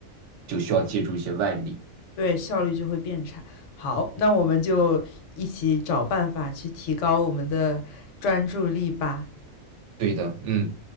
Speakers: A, on the right; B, on the left.
A: 就需要借助一些外力。
B: 对，效率就会变差。好，那我们就一起找办法去提高我们的专注力吧。
A: 对的，嗯。